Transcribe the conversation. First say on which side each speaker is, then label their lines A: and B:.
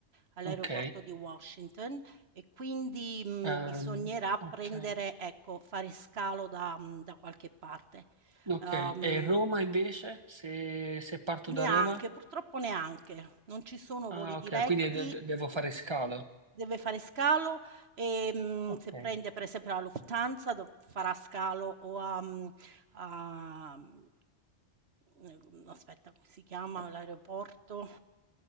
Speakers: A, on the right; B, on the right.
A: all'aeroporto
B: ok.
A: di Washington e quindi, mhmm,
B: Ehm,
A: bisognerà
B: ok.
A: prendere ecco, fare scalo da mhmm, da qualche parte.
B: Ok,
A: Uhm
B: e Roma invece, se, se parto
A: Neanche,
B: da Roma?
A: purtroppo neanche. Non ci sono voli
B: Ah,
A: diretti,
B: ok, quindi de- de- devo fare
A: uhm,
B: scalo.
A: deve fare scalo, ehm,
B: Ok,
A: se prende per esempio la Lufthansa dov farà scalo o a mhmm, a mhmm, ehm, aspetta, come si chiama l'aeroporto